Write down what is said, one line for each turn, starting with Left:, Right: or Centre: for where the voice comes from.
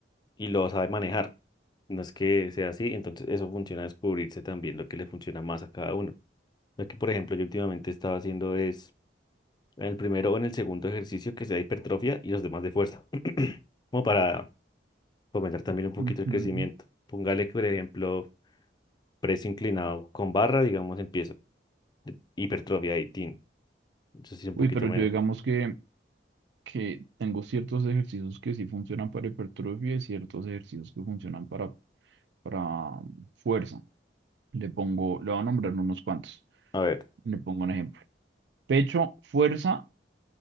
Left: y lo sabe manejar. No es que sea así, entonces eso funciona descubrirse también lo que le funciona más a cada uno. Lo que, por ejemplo, yo últimamente estaba haciendo es en el primero o en el segundo ejercicio que sea hipertrofia y los demás de fuerza. <clears throat> Como para fomentar también un poquito
Right: ujú.
Left: el crecimiento. Póngale que, por ejemplo, press inclinado con barra, digamos, empiezo. Hipertrofia 18. Entonces sí, un
Right: Uy,
Left: poquito
Right: pero
Left: menos.
Right: yo digamos que que tengo ciertos ejercicios que sí funcionan para hipertrofia y ciertos ejercicios que funcionan para, para um, fuerza. Le pongo, le voy a nombrar unos cuantos.
Left: A ver.
Right: Le pongo un ejemplo. Pecho, fuerza,